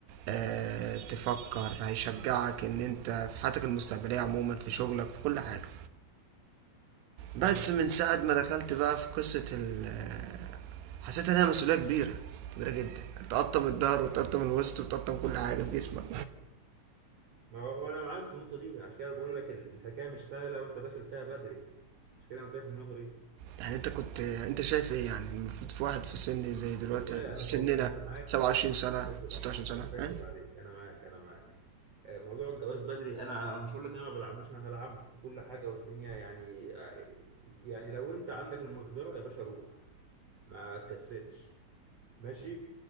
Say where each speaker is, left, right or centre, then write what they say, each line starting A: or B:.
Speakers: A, on the right; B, on the right.
A: آه، تفكر هيشجعك ان انت في حياتك المستقبليه عموما في شغلك في كل حاجه
B: جميل
A: بس من ساعه ما دخلت بقى في قصه ال- حسيت انها مسؤوليه كبيره كبيره جدا تقطم الظهر وتقطم الوسط وتقطم كل حاجه في جسمك
B: ما هو انا معاك في النقطة دي عشان كده بقول لك ال- الحكاية مش سهلة وانت داخل فيها بدري عشان كده انا قلت لك النقطة دي
A: يعني انت كنت انت شايف ايه يعني المفروض في واحد في سن زي دلوقتي
B: والله انا
A: في سننا
B: هقول انا معاك
A: 27
B: بص
A: سنه
B: انا مش هكدب
A: 26
B: عليك
A: سنه
B: انا مش هكدب
A: ها
B: عليك انا معاك انا معاك آه، موضوع الجواز بدري انا انا مش هقول لك انا ما بدعموش انا هدعمه وكل حاجه والدنيا يعني آه، يعني لو انت عندك المقدره يا باشا روح ما تكسلش ماشي